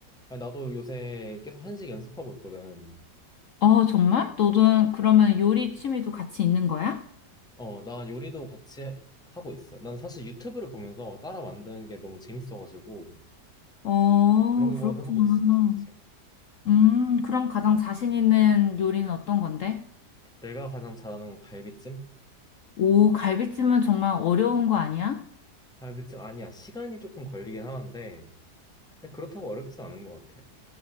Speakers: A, in the centre; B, on the left (about 60°).
A: 아니, 나도 요새 계속 한식 연습하고 있거든.
B: 어, 정말? 너는 그러면 요리 취미도 같이 있는 거야?
A: 어, 나 요리도 같이 해- 하고 있어. 난 사실 유튜브를 보면서 따라 만드는 게 너무 재밌어가지고,
B: 어,
A: 그런
B: 그렇구나.
A: 거 해보고 있어, 조금씩.
B: 음, 그럼 가장 자신 있는 요리는 어떤 건데?
A: 내가 가장 잘하는 건 갈비찜?
B: 오, 갈비찜은 정말 어려운 거 아니야?
A: 갈비찜 아니야. 시간이 조금 걸리긴 하는데 근데 그렇다고 어렵진 않은 것 같아.